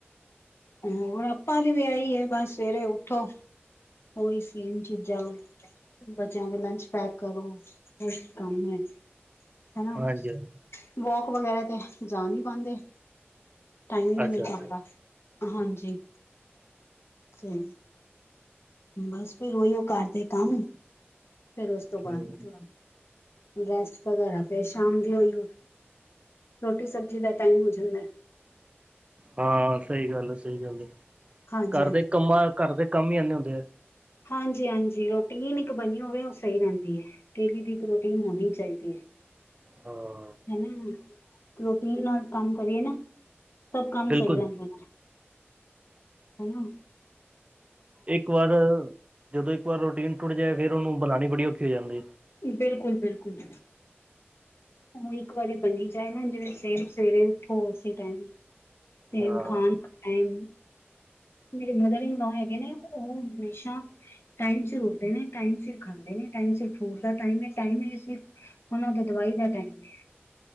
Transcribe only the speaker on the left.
ਹੋਰ ਆਪਾਂ ਦੀ ਵੀ ਆਹੀ ਏ ਬਸ ਸਵੇਰੇ ਉੱਠੋ, ਉਹੀ ਸੇਮ ਚੀਜ਼ਾਂ। ਬੱਚਿਆਂ ਦੇ ਲੰਚ ਪੈਕ ਕਰੋ, ਏਵੀ ਕੰਮ ਹੈ। ਹੇਨਾ,
ਵੋਕ ਵਗੈਰਾ ਤੇ ਜਾ ਨੀ ਪਾਂਦੇ। ਟਾਈਮ ਈ ਨੀ
ਮਿਲ
ਪਾਂਦਾ, ਹਾਂਜੀ। ਹੂੰ ਬਸ ਫੇਰ ਓਈਓ ਘਰ ਦੇ ਕੰਮ, ਫੇਰ ਉਸ ਤੋ
ਬਾਅਦ ਥੋੜਾ ਰੈਸਟ ਵਗੈਰਾ ਫੇਰ ਸ਼ਾਮ ਦੀ ਓਈਓ, ਰੋਟੀ ਸਬਜੀ ਦਾ ਟਾਈਮ ਹੋ ਜਾਂਦੈ।
ਹਾਂਜੀ
ਹਾਂਜੀ-ਹਾਂਜੀ ਰੋਟੀਨ ਇਕ ਬਨੀ ਹੋਵੇ ਓ ਸਈ ਰਹਿੰਦੀ ਏ। ਡੇਲੀ ਦੀ ਇਕ ਰੋਟੀਨ ਹੋਨੀ ਚਾਈਦੀ ਐ।
ਹੈਨਾ, ਰੋਟੀਨ ਨਾਲ ਕੰਮ ਕਰੀਏ ਨਾ, ਸਭ ਕੰਮ
ਸਹੀ ਰਹਿੰਦੇ ਨੇ। ਹੇਨਾ।
ਬਿਲਕੁਲ-ਬਿਲਕੁਲ। ਉਹ ਇੱਕ ਵਾਰੀ ਬੰਨੀ ਜਾਏ ਨਾ ਜਿਵੇਂ ਸਵੇਰੇ-ਸਵੇਰੇ ਉੱਠੋ ਉਸੇ ਟਾਈਮ ਹੀ। ਸੇਮ
ਖਾਨ ਟਾਈਮ ਮੇਰੇ ਮਦਰ ਇਨਲੋਅ ਹੈਗੇ ਨੇ ਉਹ ਹਮੇਸ਼ਾ ਟਾਈਮ ਸਿਰ ਉੱਠਦੇ ਨੇ, ਟਾਈਮ ਸਿਰ ਖਾਂਦੇ ਨੇ, ਟਾਈਮ ਸਿਰ ਫਰੂ ਟ ਦਾ ਟਾਈਮ ਏ ਟਾਈਮ ਹੀ ਸਿਰਫ ਉਹਨਾਂ ਦੇ ਦਵਾਈ ਦਾ ਟਾਈਮ ਏ।